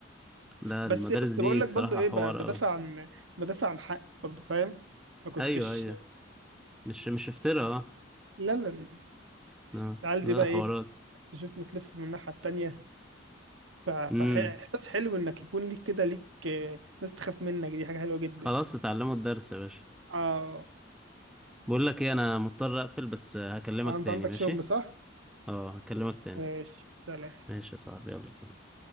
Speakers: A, in the centre; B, on the right.
A: لا
B: بس
A: المدارس
B: بس
A: دي
B: بقول
A: الصراحة
B: لك برضه ايه
A: حوار
B: ب- بدافع
A: أوي
B: عن بدافع عن حق برضه فاهم ما كنتش
A: أيوه أيوه مش مش افتراء اه
B: لا لا لا
A: آه.
B: العيال
A: لا
B: دي بقى
A: حوارات
B: ايه تشوفنا تلف من الناحية التانية فاحساس
A: امم
B: حلو انك يكون ليك كده ليك آه، ناس تخاف منك دي حاجة حلوة جدا
A: خلاص اتعلموا الدرس يا باشا
B: اه
A: بقول لك ايه انا مضطر اقفل بس هكلمك
B: انت
A: تاني
B: عندك
A: ماشي
B: شغل صح؟
A: اه هكلمك تاني
B: ماشي سلام
A: ماشي يا صاحبي يلا سلام